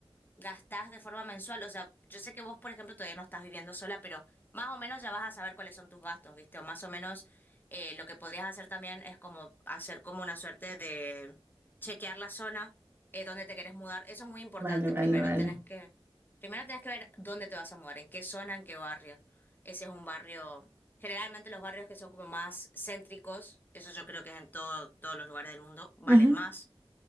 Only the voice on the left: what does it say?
gastás de forma mensual. O sea, yo sé que vos, por ejemplo, todavía no estás viviendo sola, pero más o menos ya vas a saber cuáles son tus gastos, ¿viste? O más o menos eh, lo que podrías hacer también es como hacer como una suerte de chequear la zona eh, donde te querés mudar. Eso es muy importante.
Primero
tenés que, primero tenés que ver dónde te vas a mudar, en qué zona, en qué barrio. Ese es un barrio. Generalmente los barrios que son como más céntricos, eso yo creo que es en todo, todos los lugares del mundo, valen
más